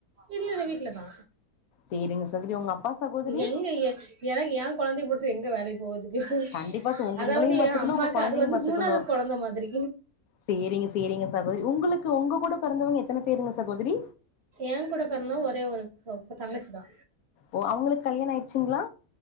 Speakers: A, on the right (about 50°); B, on the left (about 70°).
A: இல்லல்ல வீட்ல தா
B: சேரிங்க சகோதரி உங்க அப்பா சகோதரி
A: எங்க எ எனக்கு ஏ கொழந்தைய போட்டு எங்க வேலைக்கு போகத்துக்கு
B: கண்டிப்பா ச- உங்க
A: அதாவ்து
B: உங்களையு பாத்துக்கணு
A: எ அம்மாக்கு
B: உங்க கொழந்தையு
A: அது வந்து
B: பாத்துக்கணு
A: மூணாவ்து கொழந்த மாதிரி
B: சேரிங்க சேரிங்க சகோதரி உங்களுக்கு ஒங்கக்கூட பெறந்தவ்ங்க எத்தன பேருங்க சகோதரி
A: ஏங்கூட பெறந்தவ ஒரே ஒரு பொ தங்கச்சிதா
B: ஓ அவுங்களுக்கு கல்யாண ஆயிருச்சுங்ளா